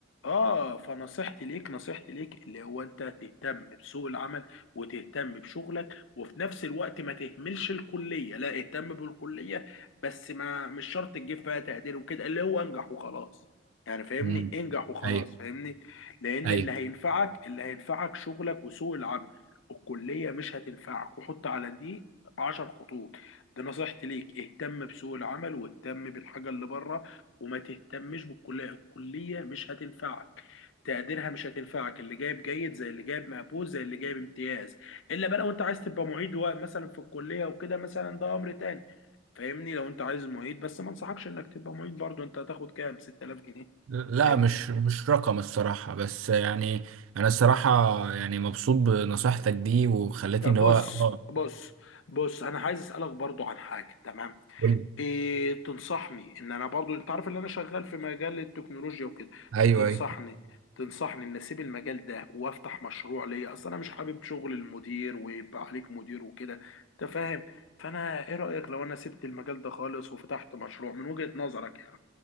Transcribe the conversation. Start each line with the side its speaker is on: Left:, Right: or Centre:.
Left: اه فنصيحتي ليك نصيحتي ليك اللي هو انت تهتم بسوق العمل وتهتم بشغلك وفي نفس الوقت ما تهملش الكليه لا اهتم بالكليه بس ما مش شرط تجيب فيها تقدير وكده اللي هو انجح وخلاص يعني فاهمني
Right: امم
Left: انجح وخلاص
Right: ايوه
Left: فاهمني لان
Right: ايوه
Left: اللي هينفعك اللي هينفعك شغلك وسوق العمل الكليه مش هتنفعك وحط على دي عشر خطوط دي نصيحتي ليك اهتم بسوق العمل واهتم بالحاجه اللي بره وما تهتمش بالكليه الكليه مش هتنفعك تقديرها مش هتنفعك اللي جايب جيد زي اللي جايب مقبول زي اللي جايب امتياز الا بقى لو انت عايز تبقى معيد و- مثلا في الكليه وكده مثلا ده امر تاني فاهمني لو انت عايز معيد بس ما انصحكش انك تبقى معيد برضه انت هتاخد كام 6000 جنيه
Right: لا
Left: فاهمني
Right: مش مش رقم الصراحة بس يعني أنا الصراحة يعني مبسوط بنصيحتك دي وخلتني
Left: طب
Right: اللي
Left: بص
Right: هو اه
Left: بص بص انا عايز اسالك برضو عن حاجه تمام
Right: قول لي.
Left: إيه تنصحني ان انا برضو انت عارف ان انا شغال في مجال التكنولوجيا وكده
Right: أيوه
Left: تنصحني
Right: أيوه
Left: تنصحني ان اسيب المجال ده وافتح مشروع ليا اصل انا مش حابب شغل المدير ويبقى عليك مدير وكده انت فاهم فانا ايه رأيك لو انا سبت المجال ده خالص وفتحت مشروع من وجهة نظرك